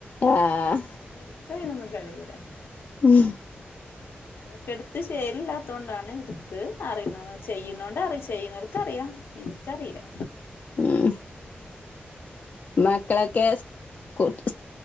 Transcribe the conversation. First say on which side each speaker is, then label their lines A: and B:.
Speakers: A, on the left; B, on the left.
A: ആഹ്
B: എനക്ക് <unintelligible> കഴിയൂലാ
A: ഉം
B: അതൊക്കെ എടുത്ത് ചേലില്ലാത്ത കൊണ്ടാണ് എടുത്ത് അറിയണ ചെയ്യുന്നോണ്ട് അറി ചെയ്യുന്നവർക്ക അറിയാം എനിക്കറിയില്ല
A: ഉം
B: ഉം <unintelligible>
A: മക്കളൊക്കെ കോട്ട്